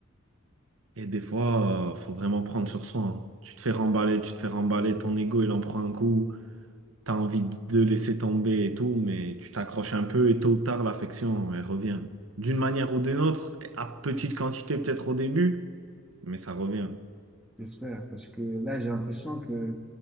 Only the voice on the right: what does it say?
Et des fois, euh, faut vraiment prendre sur soi. hein. Tu te fais remballer, tu te fais remballer, ton ego, il en prend un coup. T'as envie de laisser tomber et tout, mais tu t'accroches un peu et tôt ou tard, l'affection, elle revient. D'une manière ou d'une autre, à petite quantité peut-être au début, mais ça revient.